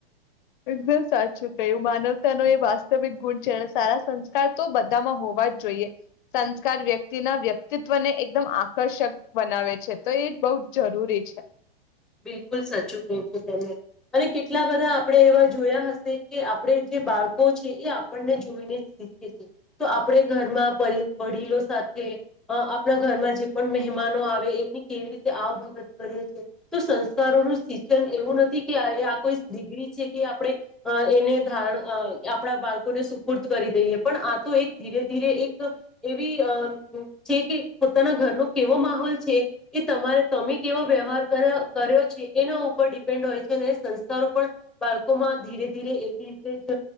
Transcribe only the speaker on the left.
એકદમ સાચું કયુ માનવતા નો એ વાસ્તવિક ગુણ છે સારા સંસ્કાર તો બધામાં હોવા જ જોઈએ સંસ્કાર વ્યક્તિના વ્યક્તિત્વને એકદમ આકર્ષક બનાવે છે તો એ જ બહુ જ જરૂરી છે